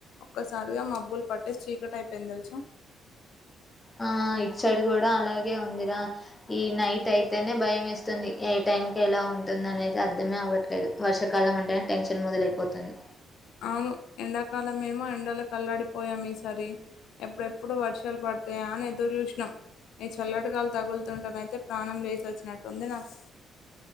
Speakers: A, on the left; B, on the left.
A: ఒక్కసారిగా మబ్బులు పట్టేసి చీకటి అయిపోయింది తెలుసా
B: ఆ ఇటు సైడు గూడా అలా ఏ ఉందిరా ఈ నైట్ అయితేనే భయం ఏస్తుంది ఏ టైం కి ఎలా ఉంటుంది అనేది అర్థమే అవ్వట్లేదు వర్షకాలం అంటేనే టెన్షన్ మొదలైపోతుంది
A: అవును ఎండాకాలం ఏమో ఎండలకు అల్లాడిపోయాం ఈసారి ఎప్పుడె ప్పుడు వర్షాలు పడతాయా అని ఎదురు చూషిణం ఈ చల్లటిగాలి తగులుతుంటేనైతే ప్రాణం లేసొచ్చినట్టుంది నాకు